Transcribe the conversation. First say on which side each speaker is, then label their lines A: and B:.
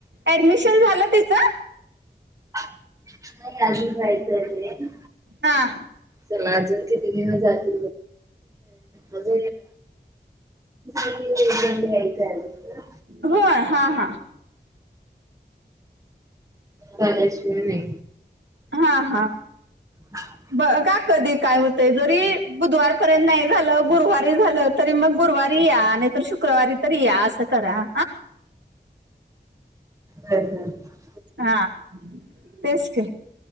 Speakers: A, on the right; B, on the right.
A: ऍडमिशन झालं तीच.
B: <unintelligible> नाही अजी जायच ते
A: हाआ
B: चला अजून किती गे, जाग अजून हित अजून यायचय ब
A: होय हा हा
B: बागासी पण नाही.
A: हा हा
B: ह, <unintelligible> <inaudible>
A: ब का कधी काय होतय जरी, बुधवारपर्यंत नाही झालं गुरुवारी झालं. तरी मग गुरुवारी या नाही तर, शुक्रवारी तरी या असं करा.
B: हर ह <unintelligible>
A: हः आ हा तेस की,